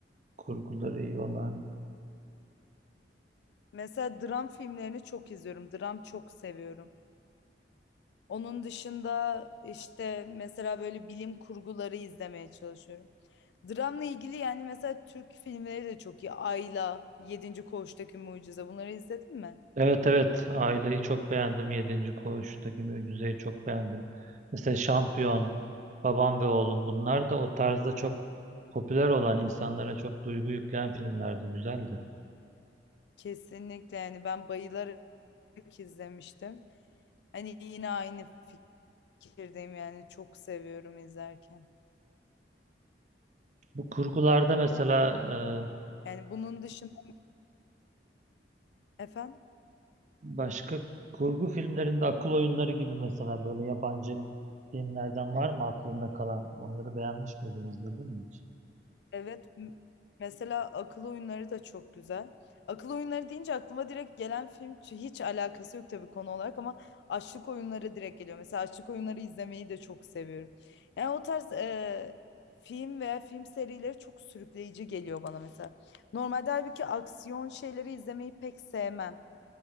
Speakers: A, on the right; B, on the left.
A: kurguları iyi olan.
B: Mesela dram filmlerini çok izliyorum. Dram çok seviyorum. Onun dışında işte mesela böyle bilim kurguları izlemeye çalışıyorum. Dramla ilgili yani mesela Türk filmleri de çok iyi. Ayla, Yedinci Koğuştaki Mucize bunları izledin mi?
A: Evet evet aileyi çok beğendim. Yedinci Koğuş'taki Mücize'yi çok beğendim. Mesela Şampiyon, Babam ve Oğlum bunlar da o tarzda çok popüler olan insanlara çok duygu yükleyen filmlerdi. Güzeldi.
B: Kesinlikle yani ben bayılarak izlemiştim. Hani yine aynı fikirdeyim yani çok seviyorum izlerken.
A: Bu kurgularda mesela
B: Yani bunun dışında efendim?
A: e, başka kurgu filmlerinde akıl oyunları gibi mesela böyle yabancı filmlerden var mı aklında kalan? Onları beğenmiş miydin, izledin mi hiç?
B: Evet, m- mesela akıl oyunları da çok güzel. Akıl oyunları deyince aklıma direkt gelen film ç- hiç alakası yok tabii konu olarak ama açlık oyunları direkt geliyor. Mesela açlık oyunları izlemeyi de çok seviyorum. Yani o tarz e, film veya film serileri çok sürükleyici geliyor bana mesela. Normalde halbuki aksiyon şeyleri izlemeyi pek sevmem.